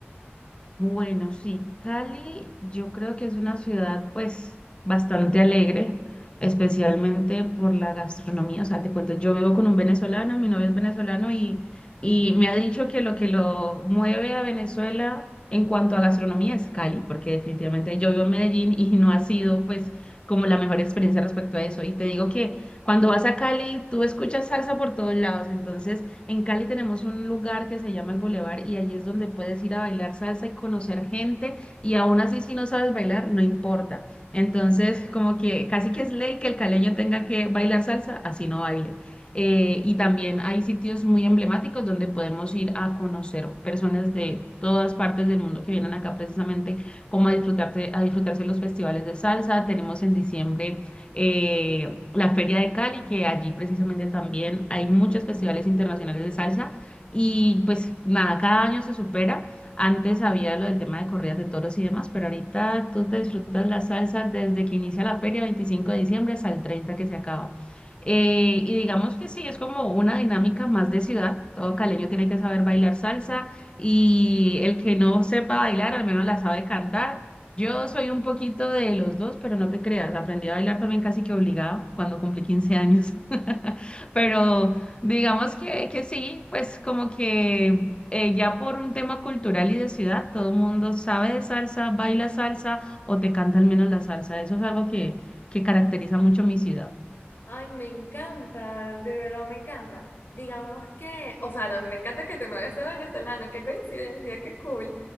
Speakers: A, on the left; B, on the left.
A: Bueno, sí, Cali yo creo que es una ciudad pues bastante alegre, especialmente por la gastronomía. O sea, te cuento, yo vivo con un venezolano, mi novio es venezolano y, y me ha dicho que lo que lo mueve a Venezuela en cuanto a gastronomía es Cali, porque definitivamente yo vivo en Medellín y no ha sido pues como la mejor experiencia respecto a eso. Y te digo que cuando vas a Cali, tú escuchas salsa por todos lados, entonces... En Cali tenemos un lugar que se llama el Boulevard y allí es donde puedes ir a bailar salsa y conocer gente y aún así si no sabes bailar, no importa. Entonces, como que casi que es ley que el caleño tenga que bailar salsa, así no baile. Eh, y también hay sitios muy emblemáticos donde podemos ir a conocer personas de todas partes del mundo que vienen acá precisamente como a disfrutarte, a disfrutarse los festivales de salsa. Tenemos en diciembre eh, la Feria de Cali, que allí precisamente también hay muchos festivales internacionales de salsa y pues nada, cada año se supera. Antes había lo del tema de corridas de toros y demás, pero ahorita tú te disfrutas la salsa desde que inicia la feria, 25 de diciembre, hasta el 30 que se acaba. Eh, y digamos que sí, es como una dinámica más de ciudad. Todo caleño tiene que saber bailar salsa y el que no sepa bailar, al menos la sabe cantar. Yo soy un poquito de los dos, pero no te creas, aprendí a bailar también casi que obligada cuando cumplí 15 años. <laughs> Pero digamos que, que sí, pues como que eh, ya por un tema cultural y de ciudad, todo el mundo sabe de salsa, baila salsa o te canta al menos la salsa. Eso es algo que, que caracteriza mucho mi ciudad.
B: Ay, me encanta, de verdad me encanta. Digamos que, o sea, también me encanta que tu novio sea venezolano, qué coincidencia, qué cool.